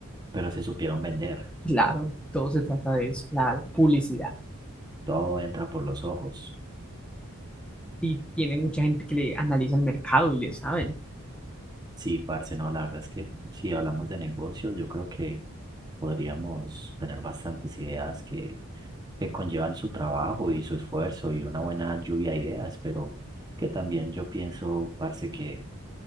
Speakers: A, on the right (about 20°); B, in the centre.
A: pero se supieron vender.
B: Claro, todo se trata de eso, la publicidad.
A: Todo entra por los ojos.
B: y tiene mucha gente que le analiza el mercado y le saben.
A: Sí, parce, no, la verdad es que si hablamos de negocios, yo creo que podríamos tener bastantes ideas que, que conllevan su trabajo y su esfuerzo y una buena lluvia de ideas, pero que también yo pienso, parce, que